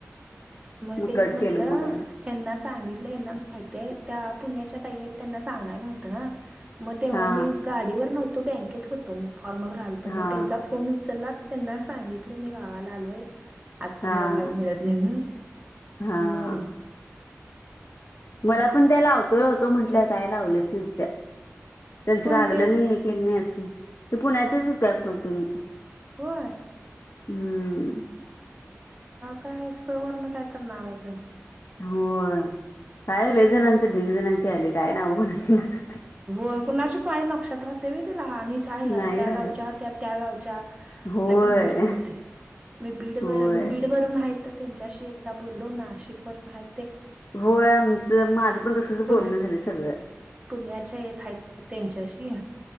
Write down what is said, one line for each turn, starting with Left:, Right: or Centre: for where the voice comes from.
Right: मग तेच
Left: कट
Right: म्हटलं
Left: केलो मग आणि
Right: हना सांगितलं हना माहितीय त्या पुण्याच्या त त्यांना सांगाय नव्हत ना मग तेव्हा
Left: हा
Right: मी गाडीवर नव्ह तो बँकेत होतो फॉर्म भलतो
Left: हा
Right: मग त्यांचा फोन उचलला त्यांना सांगित ल मी गावाला आलोय. आज काय
Left: हा
Right: मला वेळ मिळत नाही
Left: हा
Right: म
Left: मला पण त्यालावतो लावतो म्हटल्यात काय लाव नाही त्यांच
Right: कोणते
Left: लागलं नाही हे के नाही अस पुण्याच्याच होत्या कोणतरी.
Right: होय.
Left: हम्म
Right: काय सवर्ण काय तर नाव आहे त्यांचं.
Left: होय कायले जणांचं ढीग जणांची आले काय नाव म्हणायच. <unintelligible>
Right: हो कुणाचे पाय नक्षत्रातते व तला आणि ह्या
Left: नाही राहत
Right: गावच्या त्या त्या गावच्या
Left: होय
Right: कन्फ्युजन होते मी बीडवर
Left: होय
Right: बीडवरून आहेत. त्यांच्याशी एकदा बोललो नाशिक वरून हाय
Left: होय आमचं माझं पण तसच
Right: पुन
Left: बोलणं झालं सगळं
Right: पुण्याच्या एक आहेत त्यांच्याशी